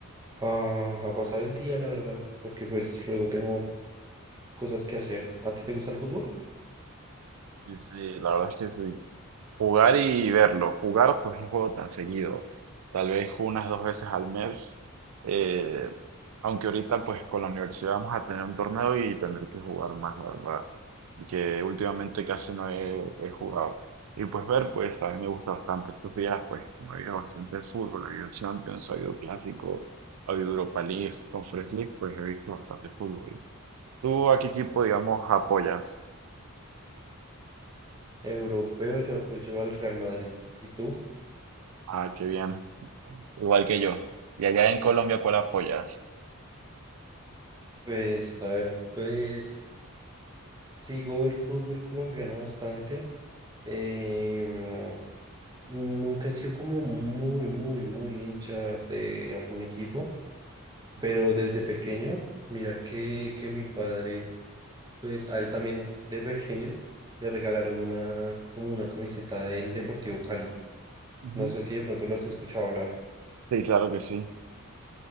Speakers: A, on the right (about 20°); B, on the right (about 80°).
A: a, a pasar el día, la verdad, porque pues luego tengo cosas que hacer. ¿A ti te gusta el fútbol?
B: Sí, sí, la verdad es que sí. Jugar y verlo. Jugar, pues no juego tan seguido. Tal vez unas dos veces al mes. eh, aunque ahorita, pues con la universidad vamos a tener un torneo y tendré que jugar más, la verdad. que últimamente casi no he, he jugado. Y pues ver, pues también me gusta bastante estos días, pues como ha habido bastante fútbol, ha habido Champions, ha habido Clásico, ha habido Europa League, Conference League, pues he visto bastante fútbol. ¿Tú a qué equipo, digamos, apoyas?
A: Europeo, yo pues yo al Real Madrid. ¿Y tú?
B: Ah, qué bien. Igual que yo. ¿Y allá en Colombia cuál apoyas?
A: Pues a ver, pues sigo el fútbol colombiano bastante. Em, Nunca he sido como muy, muy, muy hincha de algún equipo,
B: Ujú,
A: pero desde pequeño, mira que, que mi padre, pues a él también de pequeño le regalaron una, como una camiseta del Deportivo Cali.
B: ujú.
A: No sé si de pronto lo has escuchado hablar.
B: Sí, claro que sí.